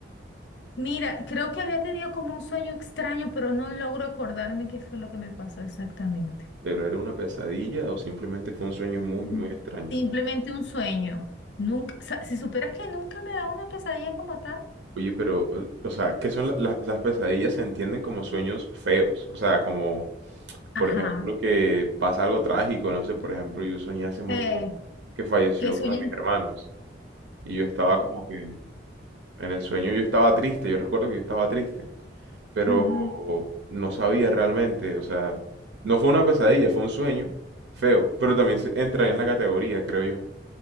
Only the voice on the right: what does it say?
¿Pero era una pesadilla o simplemente fue un sueño muy,
muy extraño?
Oye, pero, eh, o sea, ¿qué son la- la- las pesadillas? Se entienden como sueños feos. O sea, como,
por ejemplo, que pasa algo trágico. No sé, por ejemplo, yo soñé hace muy
poco que falleció
uno de mis hermanos. Y yo estaba como que... En el sueño yo estaba triste, yo recuerdo que yo estaba triste, pero
no sabía realmente, o sea, no fue una pesadilla, fue un sueño feo, pero también se- entraría en la categoría, creo yo.